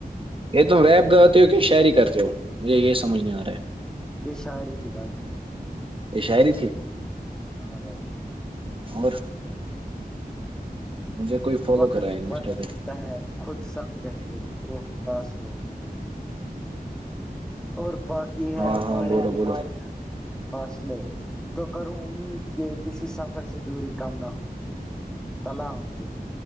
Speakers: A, on the right; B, in the centre.
A: یہ تم ریپ گاتے ہو کہ شہعری کرتے ہو مجھے یہ سمجھ نہیں آ رہا ہے
B: یہ شاعری تھی بھائی
A: یہ شاعری تھی
B: ہاں بھائی
A: اور مجھے کوئی فالو
B: وقت
A: کرا ہے انسٹا
B: بدلتا
A: پہ
B: ہے خود سب کہتے توداس ہو اور باقی ہے
A: ہاں
B: ہمارے
A: ہاں بولو
B: بیچ
A: بولو
B: فاصلے تو کروں امید کہ کسی سب سفر سے دوری کم نہ ہو ت ہ ج